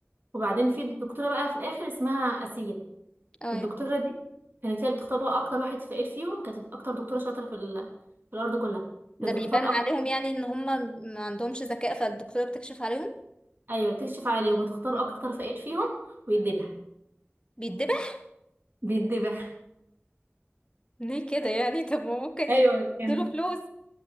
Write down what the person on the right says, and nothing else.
وبعدين في دكتورة بقى في الاخر اسمها أسيل
الدكتوره دي كانت هي اللي بتختار بقى اكتر واحد فقير فيهم كانت اكتر دكتوره شاطره في, ال... في الارض كلها
بتختار
اكتر
ايوه بتكشف عليهم وتختار
اكتر فقير فيهم ويتذبح
بيتذبح
ايوه
كان